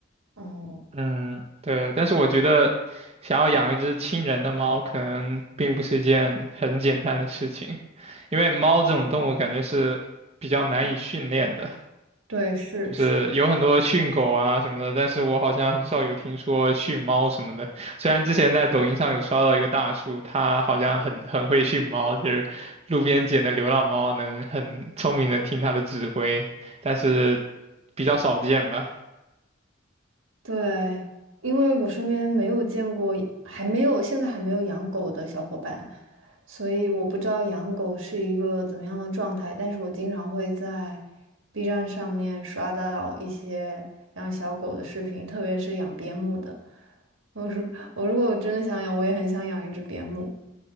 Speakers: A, on the right; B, on the right.
A: 嗯，
B: 嗯，对，但是我觉得想要养一只亲人的猫，可能并不是一件很简单的事情，因为猫这种动物感觉是比较难以训练的。
A: 对，是是。
B: 就是有很多训狗啊什么的，但是我好像很少有听说训猫什么的。虽然之前在抖音上有刷到一个大叔，他好像很很会训猫，就是路边捡的流浪猫能很聪明的听他的指挥，但是比较少见吧。
A: 对，因为我身边没有见过，还没有，现在还没有养狗的小伙伴，所以我不知道养狗是一个怎么样的状态。但是我经常会在 B 站上面刷到一些养小狗的视频，特别是养边牧的。我如我如果我真的想养，我也很想养一只边牧。